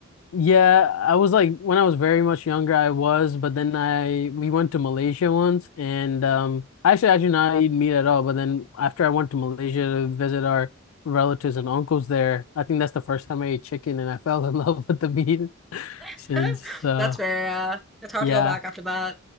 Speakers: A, on the left; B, in the centre.
A: Yeah, I was like when I was very much younger, I was, but then I we went to Malaysia once, and um, I actually I do not eat meat at all. But then after I went to Malaysia to visit our relatives and uncles there, I think that's the first time I ate chicken, and I fell in <laughs> love with the meat <laughs>
B: <laughs>
A: since. Uh,
B: That's fair, yeah. It's hard
A: yeah,
B: to go back after that.